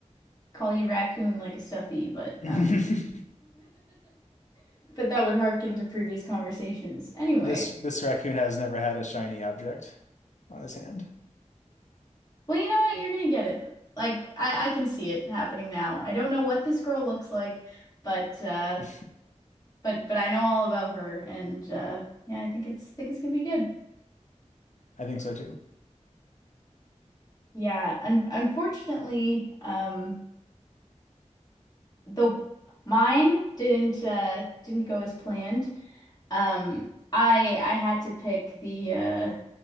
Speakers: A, on the left; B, on the left.
A: call you raccoon like a stuffy, but
B: <laughs>
A: <laughs>
B: this
A: But that would harken to previous conversations. Anyway,
B: this raccoon has never had a shiny object on his hand.
A: well, you know what? You're gonna get it. Like I, I can see it happening now. I don't know what this girl looks like, but uh
B: <laughs>
A: but but I know all about her and uh yeah, I think it's think it's gonna be good.
B: I think so too.
A: Yeah, un unfortunately, um the mine didn't uh didn't go as planned. Um I I had to pick the uh